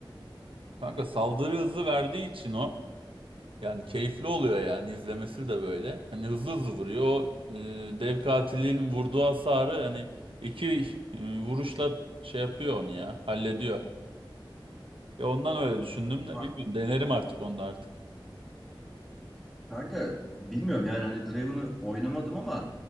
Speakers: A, on the right; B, in the centre.
A: Kanka saldırı hızı verdiği için o yani keyifli oluyor yani izlemesi de böyle. Hani hızlı hızlı vuruyor. O e, dev katilin vurduğu hasarı hani iki e, vuruşla şey yapıyor onu ya hallediyor. Ya ondan öyle düşündüm de
B: Ka-
A: bilmiyorum denerim artık onu da artık.
B: kanka bilmiyorum yani hani Draven'ı oynamadım ama